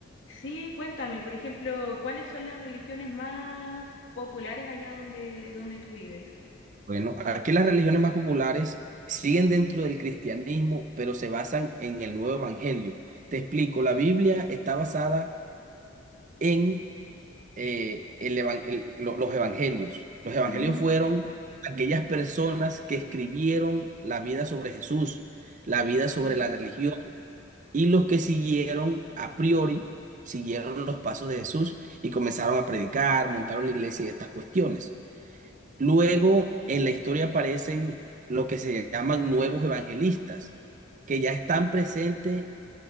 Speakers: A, on the left; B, on the right.
A: Sí, cuéntame, por ejemplo, ¿cuáles son las religiones más populares allá donde, donde tú vives?
B: Bueno, aquí las religiones más populares siguen dentro del cristianismo, pero se basan en el nuevo evangelio. Te explico, la Biblia está basada en eh, el evan- el- lo- los evangelios. Los evangelios
A: Ujú.
B: fueron aquellas personas que escribieron la vida sobre Jesús, la vida sobre
A: Mm,
B: la religión, y los que siguieron a priori, siguieron los pasos de Jesús y comenzaron a predicar, montaron la iglesia y estas cuestiones. Luego en la historia aparecen lo que se llaman nuevos evangelistas, que ya están presentes